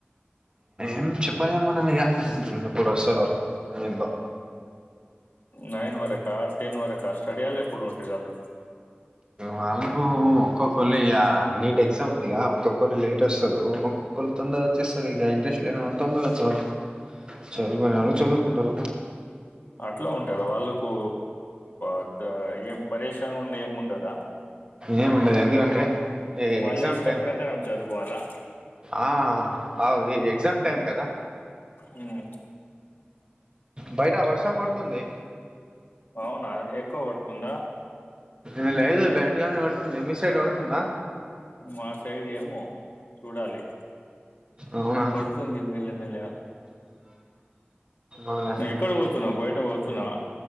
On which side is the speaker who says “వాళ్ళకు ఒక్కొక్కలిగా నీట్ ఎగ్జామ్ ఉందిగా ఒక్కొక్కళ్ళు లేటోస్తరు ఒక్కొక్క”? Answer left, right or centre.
Right